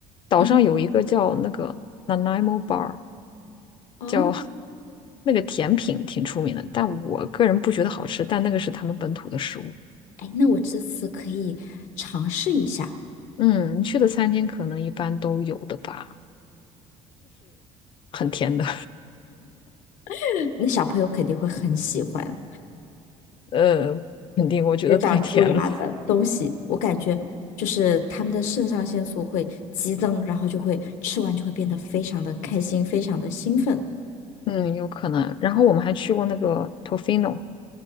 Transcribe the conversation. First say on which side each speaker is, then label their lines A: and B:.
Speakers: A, on the left; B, on the left.
A: 岛上有一个叫那个
B: 嗯。
A: Nanaimo Bar。
B: 哦，
A: 叫那个甜品挺出名的，但我个人不觉得好吃，但那个是他们本土的食物。
B: 哎，那我这次可以尝试一下，
A: 嗯，你去的餐厅可能一般都有的吧，很甜的，
B: <laughs> 那小朋友肯定会很喜欢
A: <laughs> 呃，肯定我觉得太甜了，
B: <laughs> 这长蛀牙的东西。我感觉就是他们的肾上腺素会激增，然后就会吃完就会变得非常的开心，非常的兴奋。
A: 嗯，有可能。然后我们还去过那个 Tofino